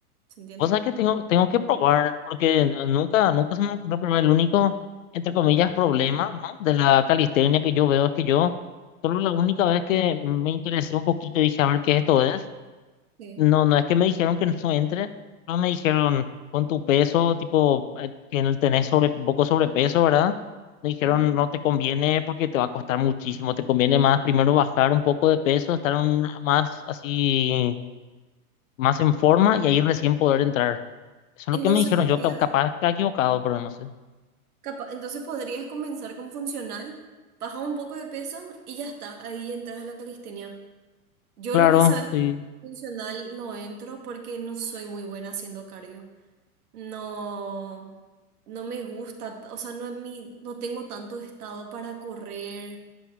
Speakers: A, on the right; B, on the left.
A: ¿Se entiende?
B: cosas que tengo, tengo que probar, porque n- nunca, nunca se me ocurrió probar. El único, entre comillas, problema, ¿no? De la calistenia que yo veo es que yo, solo la única vez que me interesé un poquito y dije, a ver qué esto es,
A: Sí.
B: No, no es que me dijeron que <laughs> no entre, no me dijeron con tu peso, tipo, eh, que en tenés sobre, poco sobrepeso, ¿verdad? Me dijeron
A: Ujú.
B: no te conviene porque te va a costar muchísimo, te conviene más primero bajar un poco de peso, estar un- más así, más en forma y ahí recién poder entrar. Eso
A: Entonces
B: es lo que me dijeron,
A: podrías
B: yo cap- capaz está equivocado, pero no sé.
A: Capa- entonces podrías comenzar con funcional, bajas un poco de peso y ya está, ahí ya entras a la calistenia. Yo
B: Claro,
A: lo que sabes,
B: sí.
A: funcional no entro porque no soy muy buena haciendo cardio. No, no me gusta, o sea, no, mi, no tengo tanto estado para correr,